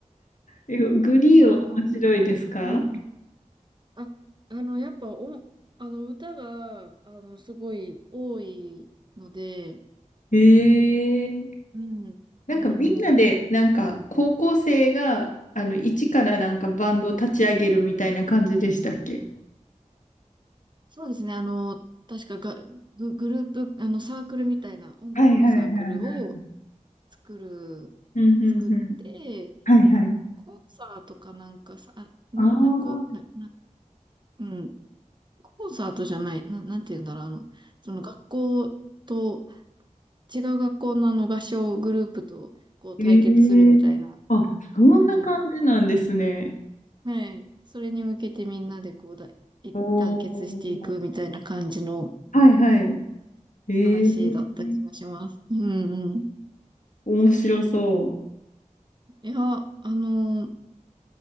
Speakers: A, on the left; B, on the right.
A: えグリーンは面白いですか
B: や、でも、うん。あ、あの、やっぱ、お、あの、歌が、あの、すごい多いので、
A: ええ
B: うん。
A: なんかみんなで、
B: あの、
A: なんか高校生が、あの、一からなんかバンドを立ち上げるみたいな感じでしたっけ
B: そうですね。あの、確かが、グ、グループ、あの、サークルみたいな、音楽のサークルを
A: はいはいはいはい。
B: 作る作って、
A: うんうんうん。はいはい。
B: コンサートかなんかさ、あんなんかこう、
A: ああ、
B: な、な、うん、コンサートじゃない、な、なんて言うんだろう、あの、その学校と、違う学校のあの合唱グループと、こう対決するみたいな。
A: ええあ、そんな感じなんですね。
B: うん。はい。それに向けてみんなでこうだ、一団結していくみたいな感じの
A: おお。はいはい。ええ
B: 話だった気がします。うんうん。
A: 面白そ
B: いや、あのー